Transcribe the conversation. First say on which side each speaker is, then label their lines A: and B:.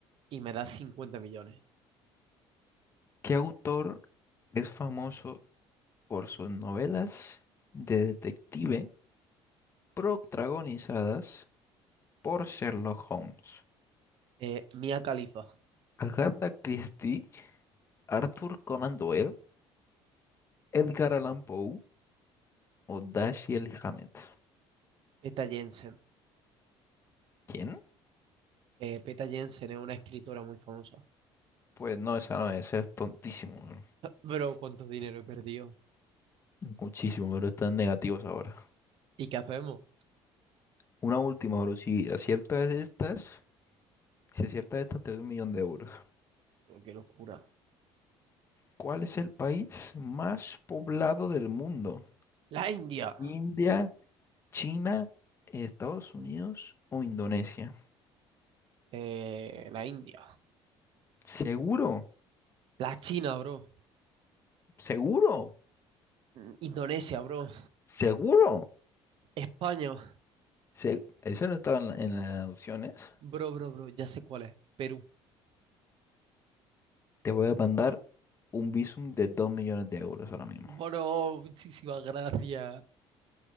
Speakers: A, on the right (about 60°); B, on the left (about 25°).
A: Y me das 50 millones.
B: ¿Qué autor es famoso por sus novelas de detective protagonizadas por Sherlock Holmes?
A: Eh, Mia Khalifa,
B: ¿Agatha Christie, Arthur Conan Doyle, Edgar Allan Poe o Dashiell Hammett?
A: Peta Jensen.
B: ¿Quién?
A: Eh, Peta Jensen es una escritora muy famosa.
B: Pues no, esa no debe ser tontísimo, bro.
A: Bro, ¿cuánto dinero he perdido?
B: Muchísimo, pero están negativos ahora.
A: ¿Y qué hacemos?
B: Una última, bro. Si aciertas estas, si aciertas estas, te doy un millón de euros.
A: Pero qué locura.
B: ¿Cuál es el país más poblado del mundo?
A: La India.
B: India. China, Estados Unidos o Indonesia.
A: Eh, la India.
B: Seguro,
A: La China, bro.
B: seguro,
A: Mm, Indonesia, bro.
B: seguro.
A: España.
B: Se- Eso no estaba en, la- en las opciones.
A: Bro, bro, bro. Ya sé cuál es. Perú.
B: Te voy a mandar un visum de 2 millones de euros ahora mismo.
A: Bro, muchísimas gracias.